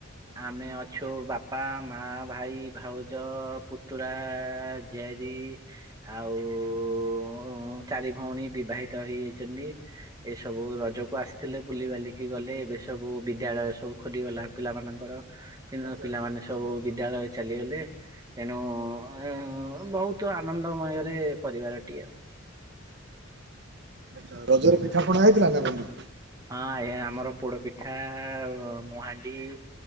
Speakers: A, on the right; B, on the right.
A: ଆମେ ଅଛୁ ବାପା ମା ଭାଇ ଭାଉଜ ପୁତୁରା ଝିଆରୀ ଆଉ ଚାରି ଭଉଣୀ ବିବାହିତ ହେଇଯାଇଚନ୍ତି। ଏ ସବୁ ରଜକୁ ଆସିଥିଲେ ବୁଲିିବାଲିକି ଗଲେ ଏବେ ସବୁ ବିଦ୍ୟାଳୟ ସବୁ ଖୋଲିଗଲା ପିଲାମାନ ଙ୍କର ପିନ
B: ଆଚ୍ଛା
A: ପିଲାମାନେ
B: ଆଚ୍ଛା ହଁ
A: ସବୁ
B: ହଁ।
A: ବିଦ୍ୟାଳୟେ ଚାଲିଗଲେ। ତେଣୁ ଅ ବହୁତ ଆନନ୍ଦମୟରେ ପରିବାରଟିଏ ଆଉ।
B: ଆଚ୍ଛା ରଜରେ ପିଠାପଣା
A: ଆଉ
B: ହେଇଥିଲା ନା ବନ୍ଧୁ।
A: ହଁ ଆଜ୍ଞା ଆମର ପୋଡ ପିଠା ମୁଁହାଣ୍ଡି